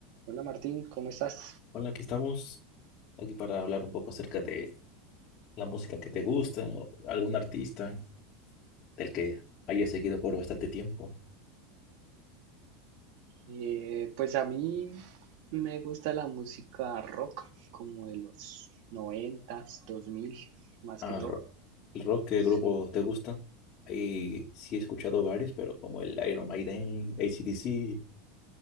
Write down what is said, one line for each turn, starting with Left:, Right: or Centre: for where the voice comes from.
Right: Hola Martín, ¿cómo estás?
Left: Hola, aquí estamos, aquí para hablar un poco acerca de la música que te gusta, o algún artista del que hayas seguido por bastante tiempo.
Right: Eh, pues a mí me gusta la música rock, como de los noventas, dos mil, más
Left: Al
Right: que todo.
Left: rock. ¿El rock qué
Right: Sí,
Left: grupo te gusta? Ahí sí he escuchado varios, pero como el Iron Maiden, AC/DC,